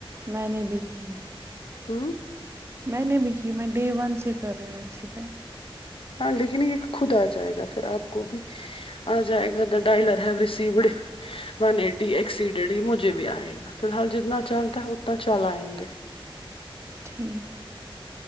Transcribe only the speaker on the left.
ہوں
ہاں لیکن یہ خود آ جائے گا پھر آپ کو بھی آ جائے گا ادر ڈائلر ہے بسی بڑ ون ایٹی ایک س ڈی ڈی مجھے بھی آے گا فی الحال جتنا چلتا ہے اتنا چل آئیں گے